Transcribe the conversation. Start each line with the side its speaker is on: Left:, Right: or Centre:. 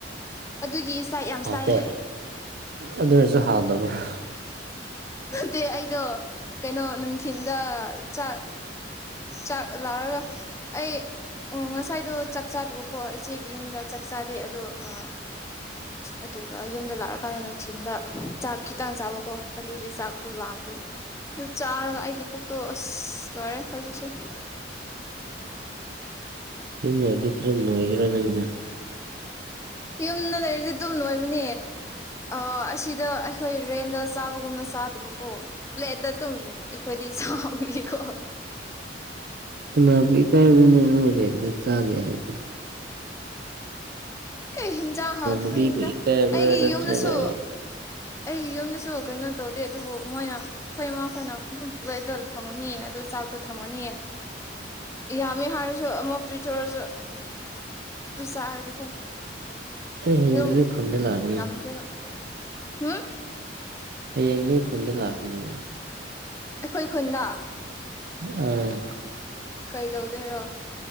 Left: ꯑꯗꯨꯒꯤ ꯆꯥꯛ ꯌꯥꯝ
Right: ꯍꯥꯎꯇꯦ
Left: ꯆꯥꯏꯌꯦ
Right: ꯑꯗꯨ ꯑꯣꯏꯔꯁꯨ ꯍꯥꯎꯗꯕ꯭ꯔꯥ
Left: ꯃꯦ ꯑꯩꯗꯣ ꯀꯩꯅꯣ ꯅꯨꯡꯊꯤꯤꯟꯗ ꯆꯥꯛ ꯆꯥꯛ ꯂꯥꯎꯔꯒ ꯑꯩ ꯑꯣ ꯉꯁꯥꯏꯗꯣ ꯆꯥꯛ ꯆꯥꯗꯕꯀꯣ ꯏꯆꯦꯒꯤ ꯌꯨꯝꯗ ꯆꯥꯛ ꯆꯥꯗꯦ ꯑꯗꯣꯥ
Right: <unintelligible>
Left: ꯑꯗꯨꯒ ꯌꯨꯝꯗ ꯂꯥꯛꯑꯀꯥꯟꯗ ꯅꯨꯡꯊꯤꯟꯗ ꯆꯥꯛ ꯈꯤꯇꯥꯡ ꯆꯥꯕꯀꯣ ꯑꯗꯨꯒꯤ ꯆꯥꯛ ꯂꯣꯕꯥꯥꯝꯗꯣ ꯑꯗꯨ ꯆꯥꯔꯒ ꯑꯩꯒꯤ ꯄꯨꯛꯇꯣ ꯑꯁ ꯂꯣꯏꯔꯦ ꯍꯧꯖꯤꯛꯁꯦ
Right: ꯌꯨꯝ ꯂꯩꯔꯗꯤ ꯈꯔ ꯅꯣꯏꯒꯔꯥ ꯅꯪꯒꯤꯅ
Left: ꯌꯨꯝꯗ ꯂꯩꯔꯤꯗꯤ ꯑꯗꯨꯝ ꯂꯣꯏꯕꯅꯦ ꯑ ꯑꯁꯤꯗ ꯑꯩꯈꯣꯏ ꯔꯦꯟꯗ ꯆꯥꯕꯒꯨꯝꯅ ꯆꯥꯗꯕꯀꯣ ꯄ꯭ꯂꯦꯠ ꯗ ꯑꯗꯨꯝ ꯑꯩꯈꯣꯏꯗꯤ ꯆꯥꯎꯒꯀꯣ
Right: ꯄꯨꯅꯄꯤ ꯀꯥꯏꯅꯦꯔꯦ ꯆꯂꯦ ꯍꯥꯏꯗꯤ
Left: ꯑꯦ ꯍꯤꯟꯖꯥꯡ ꯍꯥꯎꯇꯕꯒꯤꯅꯤꯗ
Right: ꯎꯕꯤꯕꯨ ꯏ ꯀꯥꯏꯕ꯭ꯔꯥ
Left: ꯑꯩꯒꯤ
Right: ꯅꯠꯇ꯭ꯔꯒ
Left: ꯌꯨꯝꯗꯁꯨ ꯑꯩꯒꯤ ꯌꯨꯝꯗꯁꯨ ꯀꯩꯅꯣ ꯇꯧꯗꯦ ꯑꯗꯨꯕꯨ ꯃꯣꯏꯅ ꯑꯩꯈꯣꯏꯃ ꯑꯩꯈꯣꯏꯅ ꯑꯗꯨꯝ ꯄꯨꯂꯇ ꯊꯝꯃꯅꯤꯌꯦꯣ ꯑꯗꯨ ꯆꯥꯛꯇꯣ ꯊꯝꯃꯅꯤꯌꯦ ꯌꯥꯝꯃꯦ ꯍꯥꯏꯔꯁꯨ ꯑꯃꯛ ꯄꯤꯊꯔꯁꯨ ꯗꯨꯁꯥꯔꯗꯤꯀꯣ
Right: ꯑꯩ ꯍꯌꯦꯡ
Left: ꯌꯨꯝ
Right: ꯅꯣꯏ ꯈꯨꯟꯗ ꯂꯥꯛꯀꯅꯤ
Left: ꯉꯝꯗ꯭ꯔꯦꯕ ꯍꯥꯝ
Right: ꯍꯌꯦꯡ ꯅꯣꯏ ꯈꯨꯨꯟꯗ ꯂꯥꯛꯀꯅꯦꯕ
Left: ꯑꯩꯈꯣꯏ ꯈꯨꯟꯗ
Right: ꯑ
Left: ꯀꯩꯗꯧꯗꯣꯏꯔꯣ